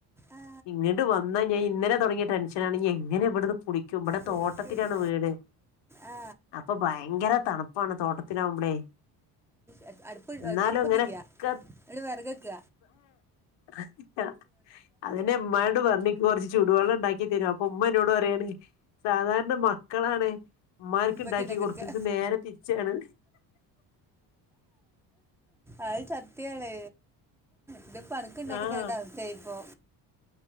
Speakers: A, in the centre; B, on the left.
A: ആ
B: ഇങ്ങട്ട് വന്ന് കഴിഞ്ഞ ഇന്നലെ തൊടങ്ങിയ ടെൻഷനാണ് ഇനി എങ്ങനെ ഇവിടുന്ന് കുളിക്ക ക്ക്‌യും ഇബടെ
A: കുളിച്ചത്
B: തോട്ടത്തിലാണ് വീട് അ
A: ആ
B: അപ്പാ ഭയങ്കര തണുപ്പാണ് തോട്ടത്തിലാവുമ്പളേ
A: അത് അടുപ്പ്
B: എന്നാലും
A: അടുപ്പത്തിക്ക
B: ഇങ്ങനെക്കെ
A: ഇന്നട്ട് വെടക്ക് വെക്ക
B: അതല്ല, അതെന്നെ ഇമ്മാനോട് പറഞ്ഞ് ഇൻക്ക് കൊറച്ച് ചൂടുവള്ളം ഇണ്ടാക്കി ക്കിതരോ അപ്പൊ ഉമ്മനോട് പറയാണ് സാധാരണ മക്കളാണ് ഇമ്മാര്ക്ക്
A: ഉമ്മക്ക്
B: ഇണ്ടാക്കി
A: ഉണ്ടാക്കി
B: കൊടുക്കല്
A: കൊടുക്കുക
B: ഇത് നേരെ തിരിച്ചാണ്
A: അത് സത്യാണ് ഇത് ഇപ്പനക്ക് ഇണ്ടാക്കി
B: ആഹ്
A: തര്ണ്ടേ അവസ്ഥേയിപ്പോ